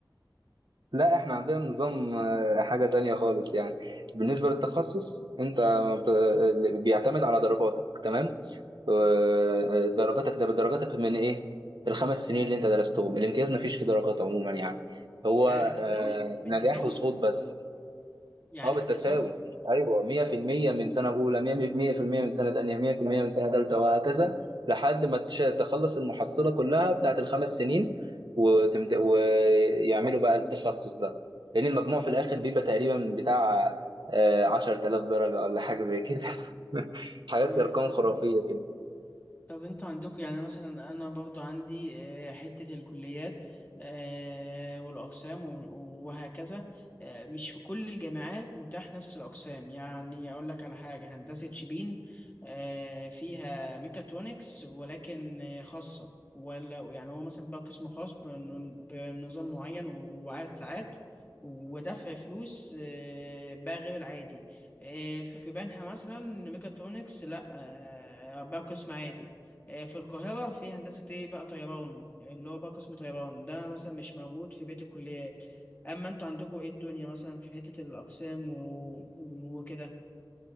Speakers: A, on the right (about 80°); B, on the left (about 25°).
A: لا احنا عندنا نظام آه، حاجة تانية خالص يعني بالنسبة للتخصص انت بت- اللي بيعتمد على درجاتك تمام آه، آه، درجاتك ده بدرجاتك من ايه الخمس سنين اللي انت درستهم الامتياز مفيش فيه درجات عموما يعني هو
B: يعني بالتساوي
A: آه،
B: بالتساوي
A: نجاح وسقوط بس
B: يعني
A: اه بالتساوي
B: بالتساوي
A: ايوه 100% من سنه اولى 100% من سنه ثانيه 100% من سنه ثالثه وهكذا لحد ما تش- تخلص المحصله كلها بتاعت الخمس سنين وتمت... ويعملوا بقى التخصص ده لان المجموع في الاخر بيبقى تقريبا بتاع آه، 10000 درجه ولا حاجه زي كده <laughs> حاجات
B: آه،
A: ارقام خرافيه
B: طب انتوا عندكم يعني مثلا انا برضو عندي آه، حتة الكليات آه، والاقسام و- وهكذا آه، مش في كل الجامعات متاح نفس الاقسام يعني اقول لك على حاجة هندسة شبين آه، فيها ميكاترونكس ولكن آه، خاصة ولا يعني هو مثلا بقى قسم خاص بن- بنظام معين و- وعدد ساعات ودفع فلوس آه، بقى غير العادي آه، في بنها مثلا ميكاترونكس لا آه، بقى قسم عادي آه، في القاهرة في هندسة ايه بقى طيران اللي هو بقى قسم طيران ده مثلا مش موجود في بقية الكليات أما انتوا عندكوا ايه الدنيا مثلا في حتة الأقسام و... وكده